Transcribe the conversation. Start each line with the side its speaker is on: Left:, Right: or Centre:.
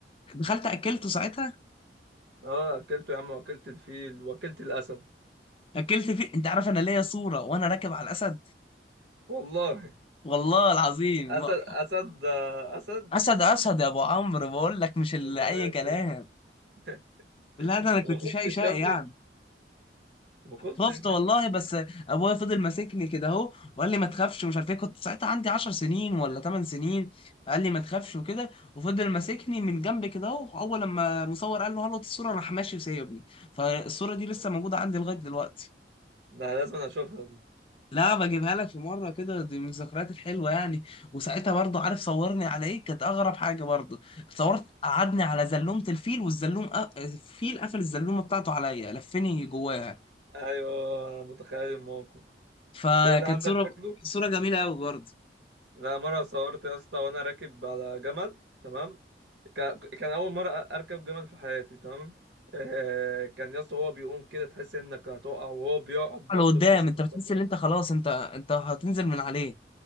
Left: دخلت اكلته ساعتها
Right: اه اكلته يا عم واكلت الفيل واكلت الاسد
Left: اكلت فيه انت عارف انا ليا صوره وانا راكب على الاسد
Right: والله
Left: والله العظيم
Right: اسد
Left: ما-
Right: اسد اسد
Left: اسد اسد يا ابو عمرو بقول لك مش اللي
Right: يا ساتر
Left: اي كلام
Right: <laughs>
Left: لا ده انا كنت
Right: ما خفتش
Left: شقي شقي
Right: يا ابني
Left: يعني
Right: ما خفتش
Left: خفت والله
Right: دي
Left: بس ابويا فضل ماسكني كده اهو وقال لي ما تخافش ومش عارف ايه كنت ساعتها عندي 10 سنين ولا 8 سنين قال لي ما تخافش وكده وفضل ماسكني من جنب كده اهو اول لما مصور قال له هلط الصوره راح ماشي وسايبني فالصوره دي لسه موجوده عندي لغايه دلوقتي
Right: ده لازم اشوفها دي
Left: لا بجيبها لك في مره كده دي من الذكريات الحلوه يعني وساعتها برضه عارف صورني على ايه كانت اغرب حاجه برضه صورت قعدني على زلومه الفيل والزلوم أ... الفيل قفل الزلومه بتاعته عليا لفني جواها
Right: ايوه أنا متخيل الموقف
Left: فكانت
Right: الصورة دي عندك
Left: صوره
Right: برضو
Left: صوره جميله قوي برضه
Right: لا مرة صورت يا اسطى وانا راكب على جمل تمام ك- كان اول مرة اركب جمل في حياتي تمام آه، كان يا اسطى هو بيقوم كده تحس انك هتقع وهو بيقعد برضه
Left: لقدام
Right: تحس
Left: انت
Right: انك
Left: بتحس
Right: هتقع
Left: ان انت خلاص انت انت هتنزل من عليه